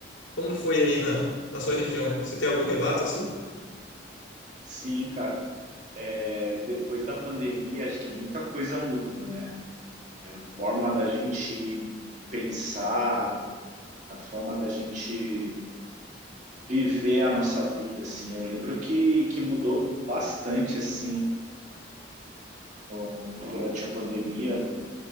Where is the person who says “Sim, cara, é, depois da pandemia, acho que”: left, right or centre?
Right